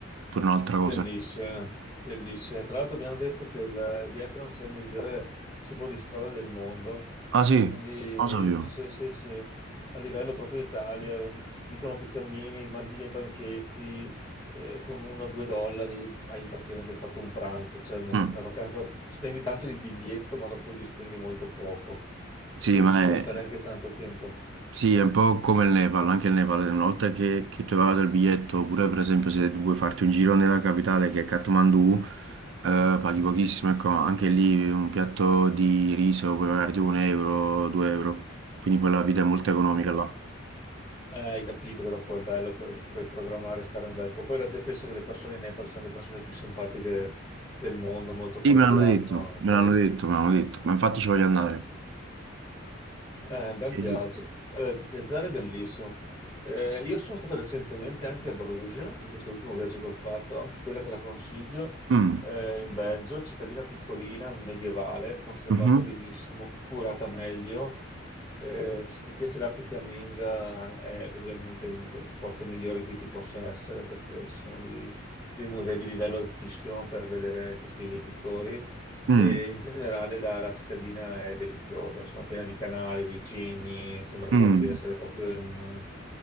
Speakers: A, on the right; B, on the left.
A: Pure un'altra cosa.
B: Bellissime, bellissime. Tra l'altro abbiamo detto che il Vietnam c'è il migliore cibo di strada del mondo,
A: Ah sì,
B: e
A: non
B: quindi
A: lo sapevo.
B: se, se- se a livello proprio Italia dicono che cammini, mangi nei banchetti eh, con uno o due dollari, hai praticamente fatto un pranzo, cioè una,
A: Mm.
B: una vacanza, spendi tanto di biglietto ma dopo li spendi molto poco,
A: Sì,
B: e quindi
A: ma
B: ci puoi stare
A: è,
B: anche tanto tempo.
A: Sì, è un po' come il Nepal, anche il Nepal, una volta che, che tu hai pagato il biglietto, oppure per esempio se vuoi farti un giro nella capitale che è Kathmandu, eh, paghi pochissimo, ecco, anche lì un piatto di riso puoi pagare tipo un euro, due euro, quindi poi la vita è molto economica là.
B: Eh, hai capito che dopo è bello, puoi, puoi programmare, stare un bel po'. Poi la- penso che le persone in Nepal siano le persone più simpatiche del mondo, molto cordiali,
A: Sì, me l'hanno detto,
B: no?
A: me
B: Che-
A: l'hanno detto, me l'hanno detto, ma infatti ci voglio andare.
B: Eh, bel
A: E-
B: viaggio. Allora, viaggiare è bellissimo. Eh, io sono stato recentemente anche a Bruges, in questo ultimo viaggio che ho fatto, anche quella te la consiglio,
A: Mm.
B: eh, in Belgio, cittadina piccolina, medievale, conservata
A: Mhm.
B: benissimo, curata meglio. Eh, se ti piace l'arte fiamminga è ovviamente il, il posto migliore in cui tu possa essere, perché ci sono dei, dei musei di livello altissimo per vedere questi pittori.
A: Mm.
B: E in generale la, la cittadina è deliziosa, insomma, piena di canali, con i cigni, sembra
A: Mm.
B: quasi di essere proprio in, un-